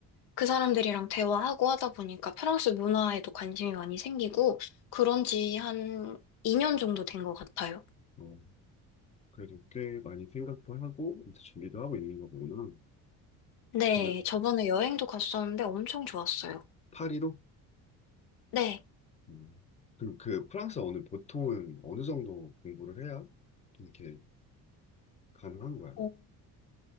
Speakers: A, on the left; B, on the left.
A: 그 사람들이랑 대화하고 하다 보니까 프랑스 문화에도 관심이 많이 생기고, 그런 지 한 2년 정도 된 것 같아요.
B: 어, 그래도 꽤 많이 생각도 하고, 이제 준비도 하고 있는 거구나.
A: 네,
B: 그,
A: 저번에 여행도 갔었는데 엄청 좋았어요.
B: 파리로?
A: 네.
B: 음. 그럼 그 프랑스어는 보통은 어느 정도 공부를 해야 좀 이렇게 가능한 거야?
A: 어,